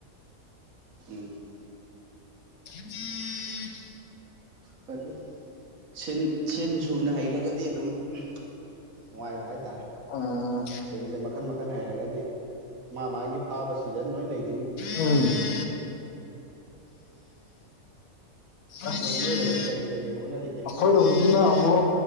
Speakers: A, on the right; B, on the left.
A: ꯎꯝ
B: <unintelligible>
A: ꯈꫪꯗꯤ ꯁꯤꯟ ꯁꯤꯟ ꯁꯨꯅ ꯍꯩꯔꯒꯗꯤ ꯑꯗꯨꯝ ꯅꯨꯡꯉꯥꯏꯕ ꯍꯥꯏꯇꯥꯔꯦ
B: ꯎꯝ
A: ꯁꯤꯟꯁꯦ ꯃꯈꯟ ꯃꯈꯟ ꯍꯩꯔꯒꯗꯤ ꯃꯥ ꯃꯥꯒꯤ ꯐꯥꯕ ꯁꯤꯖꯟ ꯂꯣꯏ ꯂꯩ
B: ꯎꯝ ꯑꯩꯈꯣꯏ
A: ꯅꯣꯏꯔꯝꯗꯤ ꯀꯔꯤ ꯀꯔꯤ ꯍꯣꯠꯅꯔꯤꯒꯦ
B: ꯔꫭꯝ ꯁꯤꯅ ꯑꯃꯨꯛ